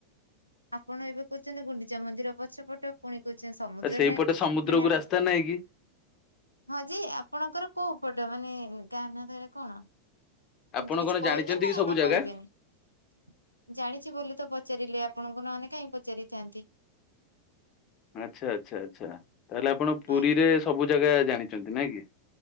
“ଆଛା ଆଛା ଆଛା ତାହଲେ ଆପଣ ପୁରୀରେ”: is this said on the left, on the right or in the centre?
Left